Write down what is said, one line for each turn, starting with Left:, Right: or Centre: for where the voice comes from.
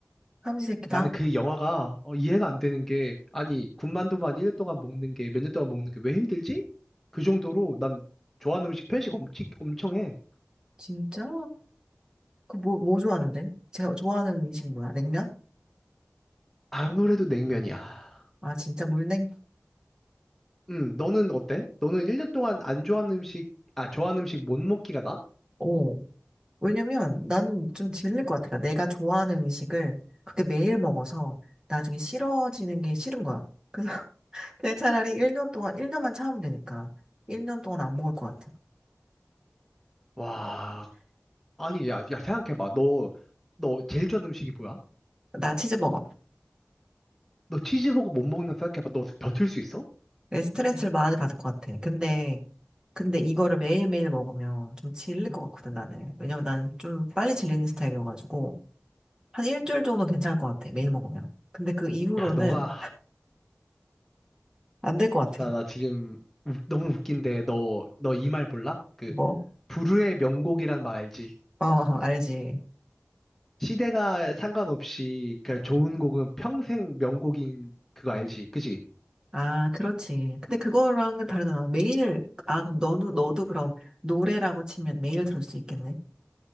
Right: 삼시세끼다.
Centre: 나는 그 영화가 어, 이해가 안 되는 게 아니 군만두만 1년 동안 먹는 게 몇 년 동안 먹는 게 왜 힘들지? 그 정도로 난 좋아하는 음식 편식 엄청 엄청 해.
Right: 진짜? 그 뭐, 뭐 좋아하는데? 제가 좋아하는 음식이 뭐야? 냉면?
Centre: 아무래도 냉면이야.
Right: 아, 진짜 물냉?
Centre: 음, 너는 어때? 너는 1년 동안 안 좋아하는 음식 아 좋아하는 음식 못 먹기가 나?
Right: 오. 왜냐면 나는 좀 질릴 것 같아. 내가 좋아하는 음식을 그렇게 매일 먹어서 나중에 싫어지는 게 싫은 거야. 그래서 <laughs> 그냥 차라리 1년 동안, 1년만 참으면 되니까. 1년 동안 안 먹을 것 같아.
Centre: 와 아니 야, 야 생각해봐 너 너 제일 좋아하는 음식이 뭐야?
Right: 나 치즈버거.
Centre: 너 치즈버거 못 먹는다 생각해봐 너 버틸 수 있어?
Right: 내 스트레스를 많이 받을 것 같아. 근데, 근데 이거를 매일매일 먹으면 좀 질릴 것 같거든, 나는. 왜냐면 나는 좀 빨리 질리는 스타일이어가지고. 한 일주일 정도 괜찮을 것 같아. 매일 먹으면. 근데 그 이후로는
Centre: 야 너가
Right: 안 될 것 같아.
Centre: 나 나 지금 웃- 너무 웃긴데 너 너 이 말 몰라? 그,
Right: 뭐?
Centre: 불후의 명곡이란 말 알지?
Right: 어, <laughs> 알지.
Centre: 시대가 상관없이 그 좋은 곡은 평생 명곡인 그거 알지? 그지?
Right: 아, 그렇지. 근데 그거랑은 다르잖아. 매일, 아, 그럼 너도 너도 그럼 노래라고 치면 매일 들을 수 있겠네?